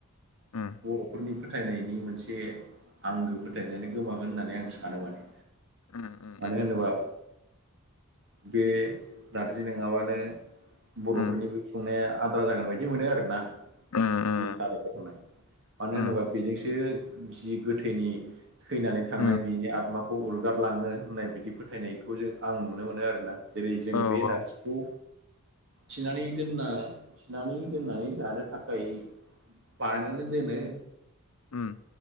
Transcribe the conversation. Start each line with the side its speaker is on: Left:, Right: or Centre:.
Left: उम
Right: बर'फोरनिफ्राय फोथायनायनि मोनसे आंगो फोथायनायानो गोमागोन होननानै आं सानो माने
Left: उम उम
Right: मानो होनोबा बे नारजि नोङाबानो
Left: उम
Right: बर'फोरनि बै संनाया आद्रा जागोन बायदि मोनो आरो ना
Left: उम
Right: जि साराद होनाय मानो
Left: उम
Right: होनोबा बेजोंसो जि गोथैनि थैनानै थांनाय
Left: उम
Right: बिनि आतमाखौ उरगारलाङो होननाय बिदि फोथायनायखौ जों आं नुनो मोनो आरोना जेरै जों
Left: औ
Right: बे
Left: औ
Right: नारजिखौ थिनानै दोनना थिनानै दोननानै जानो थाखाय बानायनानै दोनो
Left: उम